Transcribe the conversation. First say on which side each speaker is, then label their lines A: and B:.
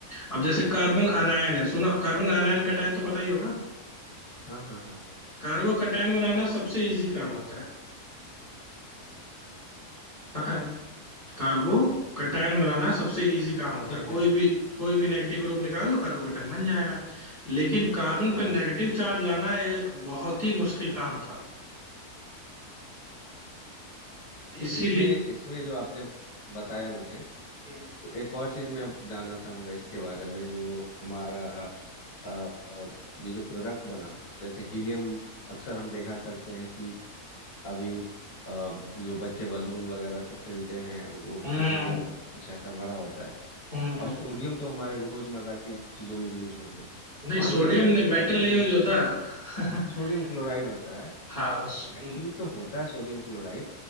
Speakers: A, on the left; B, on the left.
A: अब जैसे कार्बन
B: हम्म,
A: अनायन है सुना कार्बन अनायन कटायन तो पता ही होगा
B: हाँ हाँ हाँ
A: कार्बो कटायन बनाना सबसे इजी काम होता है पता है कार्बो कटायन बनाना सबसे इजी काम होता
B: ठीक
A: है कोई
B: है
A: भी कोई भी नेगेटिव ग्रुप निकाल दो कार्बो कटायन बन जाएगा लेकिन कार्बन
B: हाँ
A: पर नेगेटिव चार्ज लाना ये बहुत ही मुश्किल काम था
B: तो
A: इसीलिए
B: इसमें इसमें जो आपने बताया मुझे
A: हम्म,
B: तो एक और चीज़ मैं जानना चाहूँगा इसके बारे में जो हमारा अ, अ, ये जो प्रोडक्ट बना जैसे हीलियम अक्सर हम देखा करते हैं कि अभी अ, जो बच्चे बलून वगैरह से खेलते हैं वो उसमें
A: हम्म।
B: हीलियम कुछ ऐसा भरा होता है
A: हम्म
B: और
A: हम्म,
B: सोडियम तो हमारे रोजमर्रा की चीज़ों में यूज होते हैं
A: नहीं
B: मान
A: सोडियम
B: लिया जाए
A: ने
B: कि अगर
A: मेटल नहीं
B: ये
A: यूज होता
B: सोडियम
A: <laughs>
B: क्लोराइड होता है
A: हाँ सो- हम्म,
B: एक्चुअली तो होता है सोडियम क्लोराइड